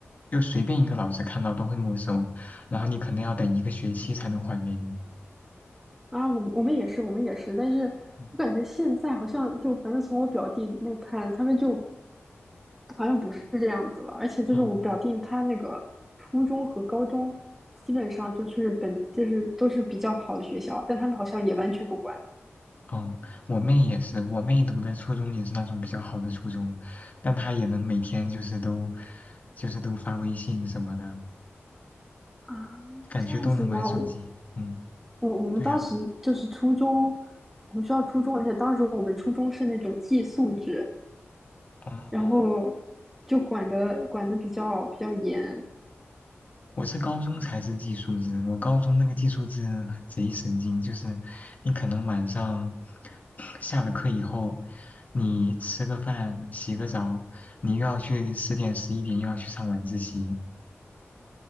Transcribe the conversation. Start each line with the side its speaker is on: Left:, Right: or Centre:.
Left: 就随便一个老师看到都会没收，然后你可能要等一个学期才能还给你。
Centre: 啊，我们我们也是我们也是，但是我感觉现在好像就反正从我表弟那看，
Left: 嗯，
Centre: 他们就好像不是这样子了，而且就是我表弟他那个初中和高中，
Left: 哦，
Centre: 基本上就是本就是都是比较好的学校，但他们好像也完全不管
Left: 嗯，我妹也是，我妹读的初中也是那种比较好的初中，但她也能每天就是都就是都发微信什么的。
Centre: 啊，
Left: 感觉都能玩手机。
Centre: 这样子吗？我
Left: 嗯，
Centre: 我我们当时就是初中，
Left: 对呀、
Centre: 我们学校初中，而且当时我们初中是那种寄宿制，
Left: 哦，
Centre: 然后就管的管的比较比较严，
Left: 我是高中才是寄宿制，我高中那个寄宿制贼神经，就是你可能晚上下了课以后，你吃个饭、洗个澡，你又要去十点、十一点又要去上晚自习，